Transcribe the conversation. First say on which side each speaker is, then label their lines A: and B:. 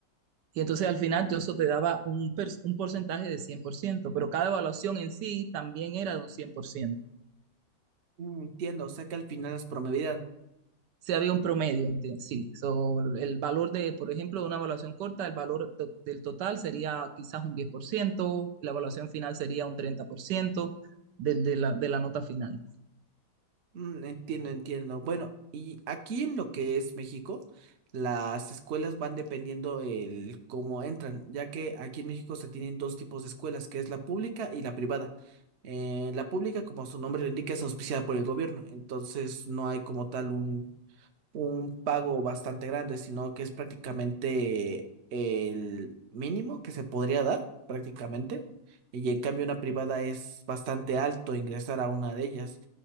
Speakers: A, on the right; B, on the right.
A: Y entonces al final yo eso te daba un, per- un porcentaje de 100% pero cada evaluación en sí también era de un 100%
B: Mm, entiendo, o sea que al final las promedian.
A: si había un promedio, enti- sí. So, el valor de, por ejemplo, de una evaluación corta, el valor to- del total sería quizás un 10%, la evaluación final sería un 30% de, de la, de la nota final.
B: Mm, entiendo, entiendo. Bueno, y aquí en lo que es México, las escuelas van dependiendo el cómo entran, ya que aquí en México se tienen dos tipos de escuelas, que es la pública y la privada. Eh, la pública, como su nombre lo indica, es auspiciada por el gobierno, entonces no hay como tal un un pago bastante grande, sino que es prácticamente el mínimo que se podría dar, prácticamente. Y en cambio una privada es bastante alto ingresar a una de ellas.